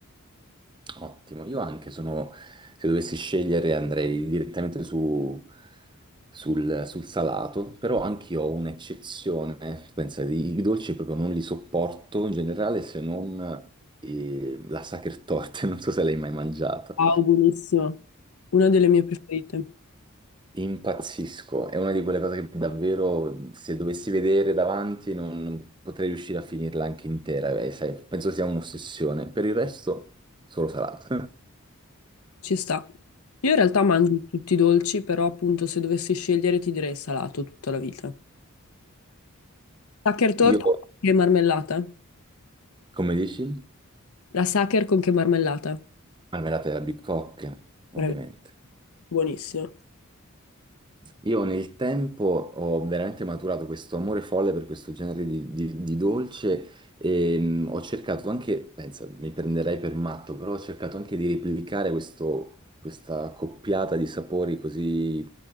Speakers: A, on the right; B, on the left.
A: Ottimo, io anche sono, se dovessi scegliere andrei direttamente su, sul, sul salato, però anche io ho un'eccezione, pensa, i, i dolci proprio non li sopporto in generale se non eh, la sacher torta, <laughs> non so se l'hai mai mangiata.
B: Wow, buonissimo. Una delle mie preferite.
A: Impazzisco, è una di quelle cose che davvero se dovessi vedere davanti non potrei riuscire a finirla anche intera, eh, sai, penso sia un'ossessione. Per il resto, solo salato.
B: Ci sta. Io in realtà mangio tutti i dolci, però appunto se dovessi scegliere ti direi salato tutta la vita. Sacher torta
A: <laughs> Io
B: e marmellata.
A: Come dici?
B: La sacher con che marmellata?
A: Marmellata e albicocche, ovviamente.
B: Bravi. Buonissimo.
A: Io nel tempo ho veramente maturato questo amore folle per questo genere di, di- di dolce e mh, ho cercato anche, pensa, mi prenderei per matto, però ho cercato anche di replicare questo- questa coppiata di sapori così